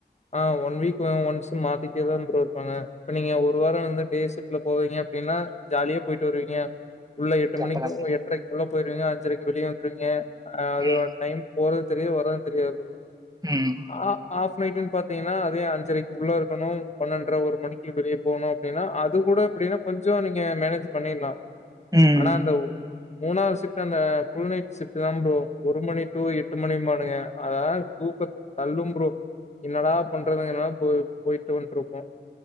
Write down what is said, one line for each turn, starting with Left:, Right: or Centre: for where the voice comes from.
Left: ஆ ஒன் வீக் ஒன்ஸ் துமாத்திட்டேதா ப்ரோ இருப்பாங்க இப்ப நீங்க ஒரு வார வந்து டே ஷிப்ட் ல போவீங்க அப்டின்னா ஜாலியா போயிட்டு வருவீங்க உள்ள எட்டு
Right: கரெக்ட்டு
Left: மணிக்கோ
Right: தா ப்ரோ
Left: எட்ரைக்கு உள்ள போயிருவீங்க அஞ்சரைக்கு வெளியே வந்துருவீங்க அது
Right: ம்
Left: டைம் போறது தெரியு வரதுன் தெரியாது ப்ரோ
Right: ம்
Left: ஆ ஹஃப் ட்நைட்டுன் பாத்தீங்கன்னா அதே அஞ்சரைக்கு உள்ள இருக்கணு பன்னென்றரை ஒரு மணிக்கு வெளிய போணு அப்டின்னா அது கூட அப்டின்னா கொஞ்ச நீங்க மேனேஜ் பண்ணிடலா
Right: ம்
Left: ஆனா அந்த மூணாவது ஷிப்ட் அந்த ஃபுல் நைட் ஷிப்ட் தா ப்ரோ ஒரு மணி டூ எட்டு மணிபாணுங்க அத தூக்க தள்ளும் ப்ரோ என்னடா பண்றதுங்க என் போ போயிட்டு வந்ட்டு இருப்போ